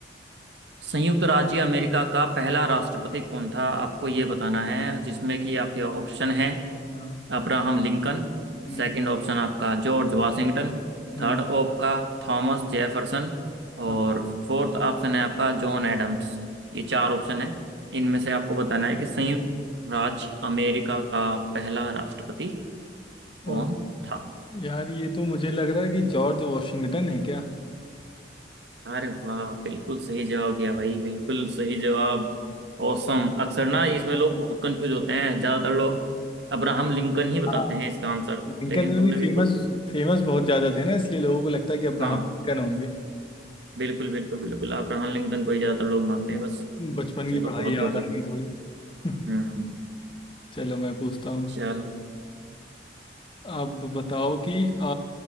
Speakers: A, on the right; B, on the left.
A: संयुक्त राज्य अमेरिका का पहला राष्ट्रपति कौन था आपको ये बताना है जिसमें कि आपके ऑप्शन है
B: हाँ
A: अब्राहम लिंकन
B: हम्म
A: सेकंड ऑप्शन आपका जॉर्ज वाशिंगटन
B: हम्म
A: थर्ड आपका थॉमस जेफरसन और
B: हाँ।
A: फोर्थ ऑप्शन है आपका जॉन एडम्स ये चार ऑप्शन है इनमें से आपको बताना है कि संयुक्त राज्य अमेरिका का पहला राष्ट्रपति कौन
B: अ,
A: था
B: यार ये तो मुझे लग रहा है कि जॉर्ज वॉशिंगटन है क्या
A: अरे वाह बिल्कुल सही जवाब दिया भाई बिल्कुल सही जवाब औसम अक्सर ना इसमें लोग बहुत कंफ्यूज होते हैं ज्यादातर लोग अब्राहम लिंकन ही बताते
B: हाँ
A: हैं इसका आंसर
B: लिंकन
A: लेकिन
B: वाली
A: तुमने बिल्कुल
B: फेमस फेमस बहुत ज़्यादा थे ना इसलिए लोगों को लगता है कि अब्राहम
A: हाँ
B: लिंकन होंगे
A: बिल्कुल बिल्कुल बिल्कुल अब्राहम लिंकन को ही ज्यादातर लोग मानते हैं बस
B: बचपन
A: चलो
B: की पढ़ाई
A: बहुत
B: याद
A: बढ़िया
B: आ गई थोड़ी <laughs>
A: हम्म हम्म, हम्म,
B: चलो मैं पूछता हूँ
A: चलो
B: अब बताओ कि आ,